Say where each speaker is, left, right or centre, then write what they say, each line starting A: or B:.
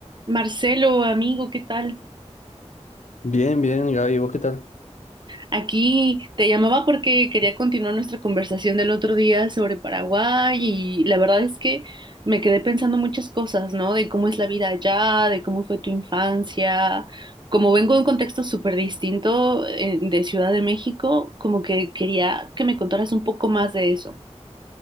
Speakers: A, on the right; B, on the left.
A: Marcelo, amigo, ¿qué tal?
B: Bien, bien, Gaby, ¿vos qué tal?
A: Aquí te llamaba porque quería continuar nuestra conversación del otro día sobre Paraguay y la verdad es que me quedé pensando muchas cosas, ¿no? De cómo es la vida allá, de cómo fue tu infancia. Como vengo de un contexto súper distinto eh, de Ciudad de México, como que quería que me contaras un poco más de eso.